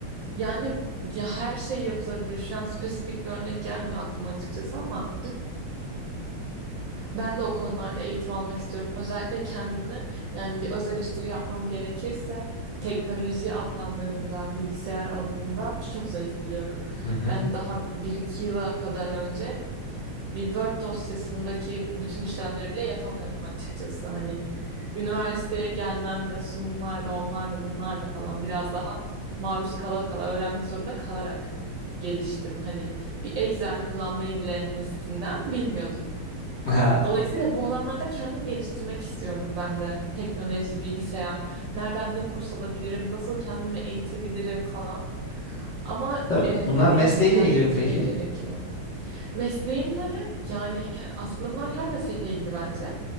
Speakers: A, on the right (about 70°); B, on the left (about 45°).
A: Yani ya her şey yapılabilir. Şu an spesifik bir örnek gelmiyor aklıma açıkçası ama Ben de o konularda eğitim almak istiyorum. Özellikle kendimi yani bir öz eleştiri yapmam gerekirse teknoloji alanlarında, bilgisayar alanında çok zayıf buluyorum.
B: Hı hı.
A: Yani daha bir iki yıla kadar önce bir Word dosyasındaki bütün işlemleri bile yapamıyordum açıkçası. Hani üniversiteye gelmemle, sunumlarla, onlarla, bunlarla falan biraz daha maruz kala kala, öğrenmek zorunda kalarak geliştim. Hani bir Excel kullanmayı bile en basitinden bilmiyordum.
B: <laughs> Ha.
A: Dolayısıyla bu alanlarda kendimi geliştirmek istiyorum ben de. Teknoloji, bilgisayar, nereden ne kurs alabilirim, nasıl kendimi eğitebilirim falan. Ama
B: Tabii
A: e,
B: bunlar
A: dediğim
B: mesleğiyle
A: gibi kendini
B: ilgili
A: ittirmek
B: mi peki?
A: gerekiyor. Mesleğimle yani aslında bunlar her meslekle ilgili bence.